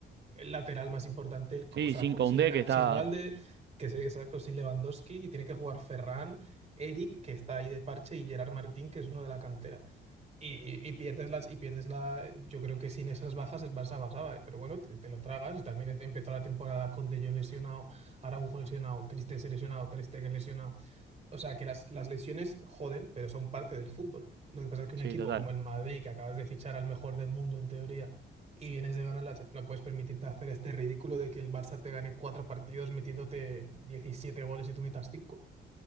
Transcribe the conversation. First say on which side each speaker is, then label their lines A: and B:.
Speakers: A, on the right; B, on the right.
A: el lateral más importante. el-
B: Sí,
A: O sea,
B: sin
A: con-
B: Koundé
A: sin, al-
B: que está,
A: sin Valde, que es exacto, sin Lewandowski, y tiene que jugar Ferran, Eric, que está ahí de parche, y Gerard Martín, que es uno de la cantera. Y, y- y pierdes las, y pierdes la. Yo creo que sin esas bajas el Barça pasaba, ¿eh? pero bueno, te, te lo tragas. Y también empezó la temporada con De Jong lesionado. Araujo lesionado, Christensen lesionado, Ter Stegen lesionado. O sea, que las, las lesiones joden, pero son parte del fútbol. Lo que pasa es que un
B: sí,
A: equipo
B: total.
A: como el Madrid, que acabas de fichar al mejor del mundo en teoría, y vienes de ganar la Champions, no puedes permitirte hacer este ridículo de que el Barça te gane cuatro partidos metiéndote 17 goles y tú metas cinco.